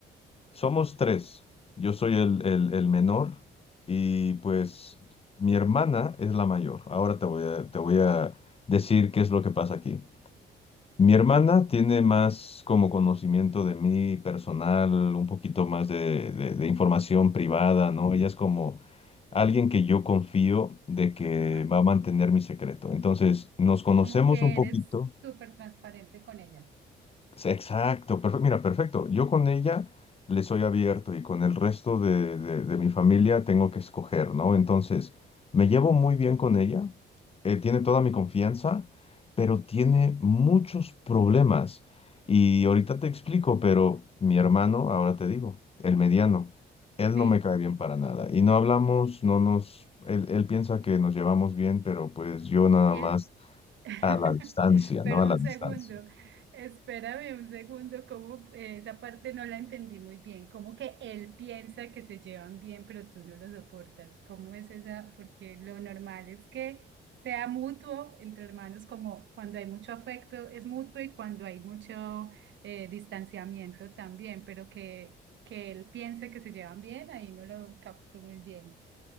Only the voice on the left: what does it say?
Somos tres. Yo soy el, el- el menor y pues mi hermana es la mayor. Ahora te voy a, te voy a decir qué es lo que pasa aquí. Mi hermana tiene más como conocimiento de mí personal, un poquito más de, de de información privada, ¿no? Ella es como alguien que yo confío de que
va a mantener mi secreto. Entonces, nos conocemos
un poquito.
Sí, Exacto, perfecto. Mira, perfecto. Yo con ella le soy abierto y con el resto de, de- de mi familia tengo que escoger, ¿no? Entonces, me llevo muy bien con ella, eh, tiene toda mi confianza, pero tiene muchos problemas. Y ahorita te explico, pero mi hermano, ahora te digo, el mediano, él
no me cae bien para nada. Y no hablamos, no nos, él, él piensa que nos llevamos bien, pero pues yo nada
más
a la distancia,
¿no? A
la distancia.